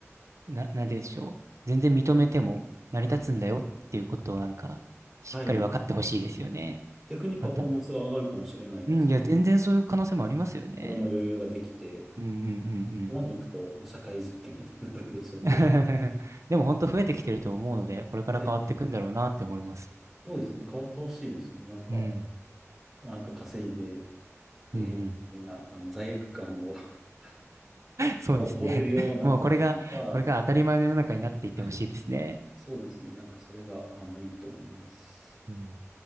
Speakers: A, on the right (about 70°); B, in the centre.
A: な、なんて言うんでしょう。全然認めても成り立つんだよっていうことをなんか、しっかり分かってほしいですよね。
B: はい、逆にパフォーマンスが上がるかもしれないです。
A: また。うん、いや、全然そういう可能性もありますよね。
B: 俺の余裕ができて、
A: うんうんうんうん。
B: ここまでいくともう社会実験みたいになるんでしょうけど、
A: <laughs> でも本当増えてきてると思うので、これから変わっていくんだろうなって思います。
B: はい、そうですね、変わってほしいですね。なんか、
A: うん。
B: なんか稼いで、えー、
A: うんうん。
B: みたいな、あの罪悪感を <laughs>
A: そうですね。
B: 覚えるような、
A: <laughs> もうこれが、
B: が
A: これが当たり前の世の中になっていってほしいですね。
B: はい。そうですね。なんかそれが、あの、いいと思います。
A: うん。